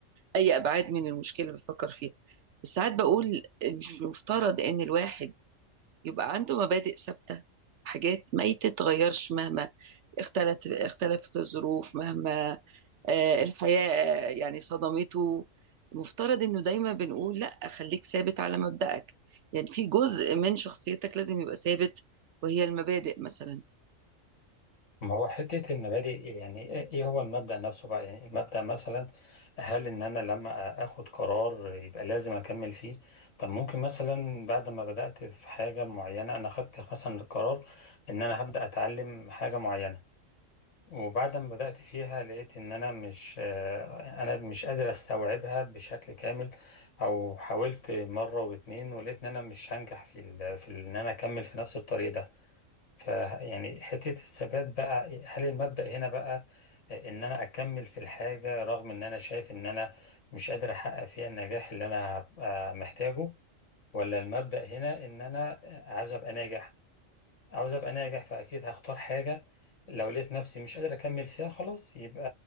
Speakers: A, on the right; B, on the left.
A: اي ابعاد من المشكلة اللي بفكر فيها بس ساعات بقول مش مفترض ان الواحد يبقى عنده مبادئ ثابتة حاجات ما تتغيرش مهما اختلت اختلفت الظروف مهما آه، الحياة آه، يعني صدمته مفترض انه دايما بنقول لا خليك ثابت على مبدأك يعني في جزء من شخصيتك لازم يبقى ثابت وهي المبادئ مثلا
B: ما هو حته المبادئ يعني ايه إيه هو المبدا نفسه بقى يعني المبدا مثلا هل ان انا لما اخد قرار يبقى لازم اكمل فيه طب ممكن مثلا بعد ما بدات في حاجه معينه انا خدت مثلا القرار ان انا هبدا اتعلم حاجه معينه وبعد ما بدأت فيها لقيت إن أنا مش آه، أنا مش قادر أستوعبها بشكل كامل أو حاولت مرة واتنين ولقيت إن أنا مش هنجح في ال... في إن أنا أكمل في نفس الطريق ده ف يعني حتة الثبات بقى هل المبدأ هنا بقى آه، إن أنا أكمل في الحاجة رغم إن أنا شايف إن أنا مش قادر أحقق فيها النجاح اللي أنا هبقى محتاجه ولا المبدأ هنا إن أنا عايز أبقى ناجح عاوز ابقى ناجح فاكيد هختار حاجه لو لقيت نفسي مش قادر اكمل فيها خلاص يبقى